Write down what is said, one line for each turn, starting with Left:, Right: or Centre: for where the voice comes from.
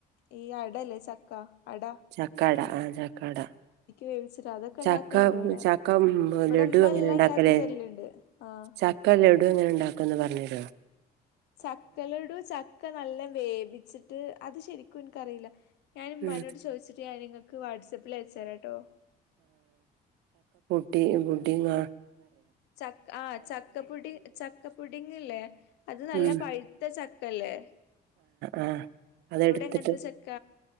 Left: ഈ അടല്ലേ. ചക്ക അടാ
Right: ചക്കഅട. ആഹ. ചക്കട.
Left: വേവിച്ചിട്ട് അതൊക്കെ
Right: ചക്ക.
Left: ഇണ്ടാക്കല്ണ്ട് ഇവടെ
Right: ചക്കമ്മ് ഹ്മ് ഓ.
Left: ഇവടെ
Right: ലഡു.
Left: ഇമ്മ
Right: എങ്ങനെണ്ടാക്കല്.
Left: എല്ലാം ഇണ്ടാക്കി തരല്ണ്ട് ആഹ്
Right: ചക്ക ലഡു. എങ്ങനെണ്ടാകാന്ന്. പറഞ്ഞേരോ
Left: ചക്കലഡു. ചക്ക. നല്ല വേവിച്ചിട്ട്. അത് ശരിക്കും. എനിക്കറീല ഞാൻ ഇമ്മാനോട്
Right: ഉം
Left: ചോയിച്ചിട്ട് ഞാൻ നിങ്ങക്ക് വാട്സപ്പിൽ അയച്ചരാട്ടോ
Right: ഡി ബുഡിങ്ങാ
Left: ചക്ക ആ ചക്ക ബുഡി ചക്ക ബുഡിങ്ങില്ലേ അത് നല്ല
Right: ഉം
Left: പഴുത്ത ച ക്കല്ലേ
Right: ആ അതെടുത്തിട്ട്
Left: എങ്ങനത്തെ ചക്ക